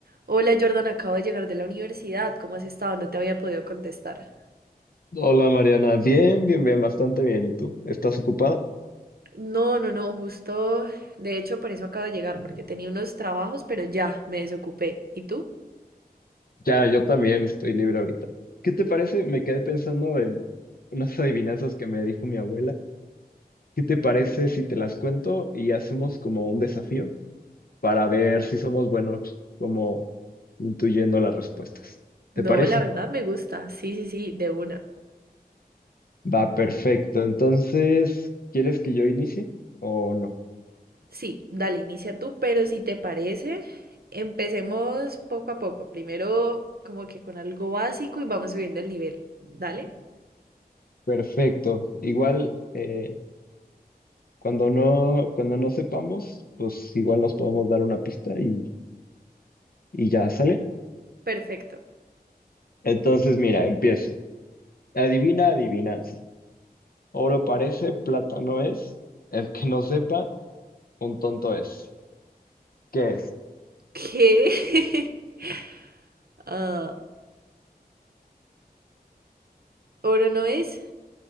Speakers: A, on the right; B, on the left.
A: Hola Jordan, acabo de llegar de la universidad. ¿Cómo has estado? No te había podido contestar.
B: Hola Mariana, bien, bien, bien, bastante bien. ¿Y tú? ¿Estás ocupada?
A: No, no, no, justo. De hecho, por eso acabo de llegar, porque tenía unos trabajos, pero ya me desocupé. ¿Y tú?
B: Ya, yo también estoy libre ahorita. ¿Qué te parece? Me quedé pensando en unas adivinanzas que me dijo mi abuela. ¿Qué te parece si te las cuento y hacemos como un desafío para ver si somos buenos como intuyendo las respuestas?
A: No,
B: ¿Te parece?
A: la verdad me gusta. Sí, sí, sí, de una.
B: Va, perfecto. Entonces, ¿quieres que yo inicie o no?
A: Sí, dale, inicia tú, pero si te parece, empecemos poco a poco. Primero, como que con algo básico y vamos subiendo el nivel. ¿Dale?
B: Perfecto. Igual, eh, Cuando no, cuando no sepamos, pues igual nos podemos dar una pista y, y ya sale.
A: Perfecto.
B: Entonces, mira, empiezo. Adivina, adivinanza. Oro parece, plata no es. El que no sepa, un tonto es. ¿Qué es?
A: ¿Qué? <laughs> Ah, ¿oro no es?